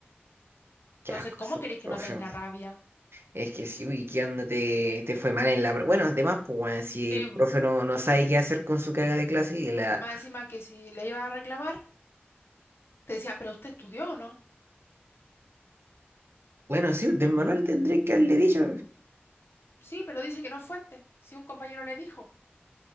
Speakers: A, on the right; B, on the left.
A: Qué
B: Entonces,
A: asco
B: ¿cómo
A: ese
B: queréis que
A: profe.
B: no tenga rabia?
A: Es que sí, uy, ¿qué onda te, te fue mal en la... pro- Bueno, además, pues, weón, si
B: Sí,
A: el profe
B: más
A: no, no sabe qué hacer con su caga de clase y la...
B: encima que si le iba a reclamar, te decía, ¿pero usted estudió o no?
A: Bueno, sí, del manual tendré que haberle dicho.
B: Sí, pero dice que no es fuente. Si un compañero le dijo,